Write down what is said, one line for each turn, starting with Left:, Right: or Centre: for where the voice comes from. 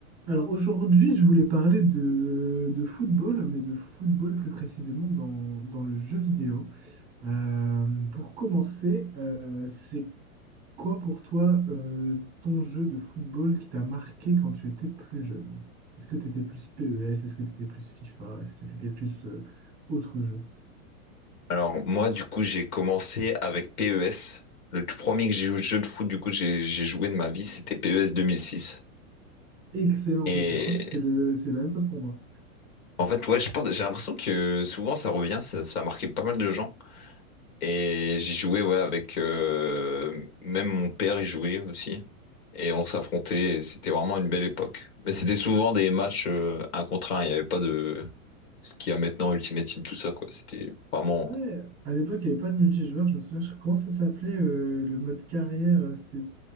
Right: Alors aujourd'hui, je voulais parler de, de football, mais de football plus précisément dans, dans le jeu vidéo. Euh, pour commencer, euh, c'est quoi pour toi euh, ton jeu de football qui t'a marqué quand tu étais plus jeune? Est-ce que tu étais plus PES? Est-ce que tu étais plus FIFA? Est-ce que tu étais plus euh, autre jeu?
Left: Alors moi du coup j'ai commencé avec PES. Le tout premier que j'ai joué jeu de foot du coup j'ai j'ai joué de ma vie c'était PES 2006.
Right: Excellent,
Left: Et
Right: parce que je crois que c'est le, c'est la même chose pour moi.
Left: en fait ouais je pense j'ai l'impression que souvent ça revient ça, ça a marqué pas mal de gens. Et j'ai joué ouais avec euh, même mon père y jouait aussi et on s'affrontait et c'était vraiment une belle époque. Mais c'était souvent des matchs euh, un contre un il n'y avait pas de ce qu'il y a maintenant Ultimate Team tout ça quoi c'était vraiment
Right: Ouais, à l'époque, il n'y avait pas de multijoueur. Je me souviens, je- comment ça s'appelait euh, le mode carrière? euh, C'était